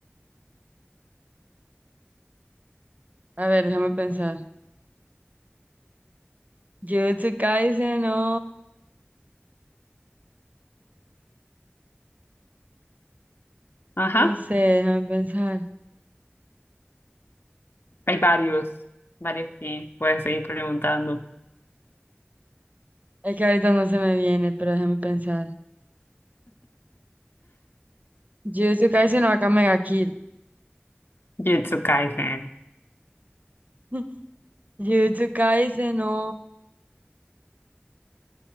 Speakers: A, on the right; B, on the left.
A: A ver, déjame pensar. Jujutsu Kaisen no...
B: Ajá,
A: No sé, déjame pensar.
B: hay varios, varios que puedes seguir preguntando.
A: Es que ahorita no se me viene, pero déjame pensar. Jujutsu Kaisen no acá Mega Kill.
B: Jujutsu Kaisen.
A: <laughs> Jujutsu Kaisen no...